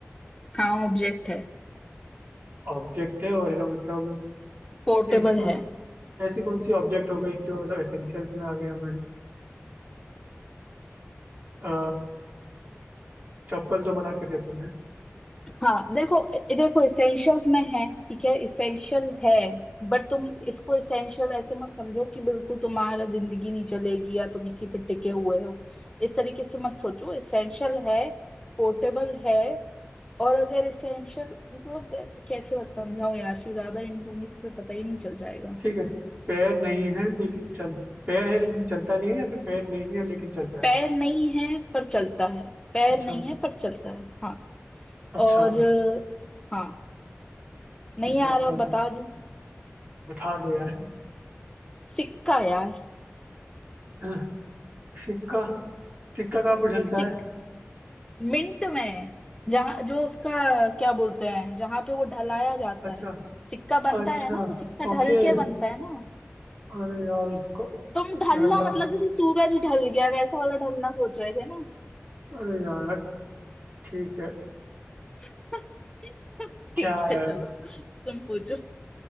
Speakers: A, on the left; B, on the right.
A: हाँ ऑब्जेक्ट है
B: ऑब्जेक्ट है और है ना मतलब
A: पोर्टेबल
B: ऐसे
A: है
B: ऐसी कौन सी ऑब्जेक्ट हो गई जो मतलब एसेंशियल्स में आ गई हमारी अ, चप्पल तो मना कर दिया तुमने
A: हाँ देखो ए- देखो इसेंशियल्स में है ठीक है इसेंशियल है बट तुम इसको इसेंशियल ऐसे मत समझो कि बिल्कुल तुम्हारा जिंदगी नहीं चलेगी या तुम इसी पे टिके हुए हो इस तरीके से मत सोचो इसेंशियल है पोर्टेबल है और अगर इसेंशियल मतलब कैसे समझाओ यार फिर ज्यादा इन दूंगी तो फिर पता ही नहीं चल जाएगा
B: ठीक है पैर नहीं है लेकिन चल पैर है लेकिन चलता नहीं है या फिर पैर नहीं है लेकिन चलता है
A: पैर नहीं है पर चलता है पैर
B: अच्छा
A: नहीं है पर चलता है हाँ
B: अच्छा
A: और अ, हाँ
B: ठीक
A: नहीं आ
B: है
A: रहा
B: अ,
A: बता दूं
B: बता दो यार
A: सिक्का यार
B: <laughs> सिक्का सिक्का कहाँ पर ढलता
A: सिक
B: है
A: मिंट में जहाँ जो उसका क्या बोलते हैं जहाँ पे वो ढलाया जाता
B: अच्छा
A: है सिक्का बनता
B: अच्छा
A: है ना तो सिक्का
B: ओके
A: ढल के बनता है ना
B: अरे यार उसको
A: तुम ढलना
B: ढलना
A: मतलब जैसे सूरज ढल गया वैसा वाला ढलना सोच रहे थे ना
B: अरे यार ठीक है
A: <laughs> ठीक
B: क्या यार
A: है चलो तुम पूछो